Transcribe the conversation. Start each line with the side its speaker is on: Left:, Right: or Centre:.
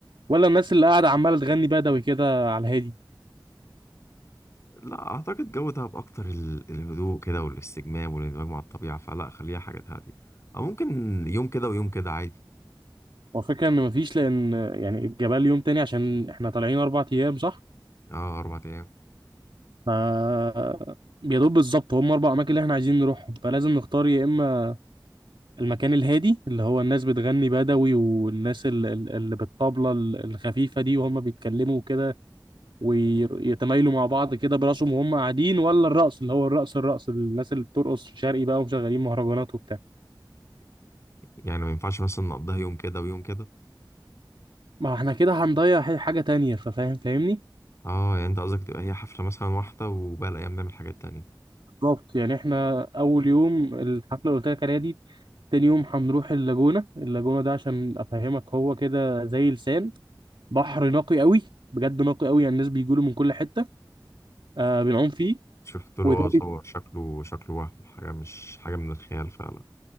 Right: ولا الناس اللي قاعده عماله تغني بدوي كده على الهادي
Left: لا أعتقد جو دهب أكتر ال- الهدوء كده والاستجمام والاندماج مع الطبيعة فلا خليها حاجة هادية أو ممكن يوم كده ويوم كده عادي
Right: والفكره ان مفيش لان يعني الجبال يوم تاني عشان احنا طالعين اربع ايام صح
Left: اه أربع أيام
Right: ف يا دوب بالظبط هم اربع اماكن اللي احنا عايزين نروحهم فلازم نختار يا اما المكان الهادي اللي هو الناس بتغني بدوي والناس ال- ال- اللي بالطبلة ال- الخفيفة دي وهم بيتكلموا كده ويتمايلوا مع بعض كده براسهم وهم قاعدين ولا الرقص اللي هو الرقص الرقص الناس اللي بترقص شرقي بقى ومشغلين مهرجانات وبتاع
Left: يعني ما ينفعش مثلا نقضيها يوم كده ويوم كده
Right: ما احنا كده هنضيع ح- حاجة تانية ففاهم فاهمني
Left: اه يعني أنت قصدك تبقى هي حفلة مثلا واحدة وباقي الأيام نعمل حاجات تانية
Right: بالظبط يعني احنا اول يوم الحفلة اللي قلت لك عليها دي تاني يوم هنروح اللاجونة اللاجونة ده عشان افهمك هو كده زي لسان بحر نقي قوي بجد نقي قوي يعني الناس بيجوا له من كل حتة آه بنعوم فيه
Left: شفت
Right: وتالت
Left: له اه صور شكله شكله وهم حاجة مش حاجة من الخيال فعلا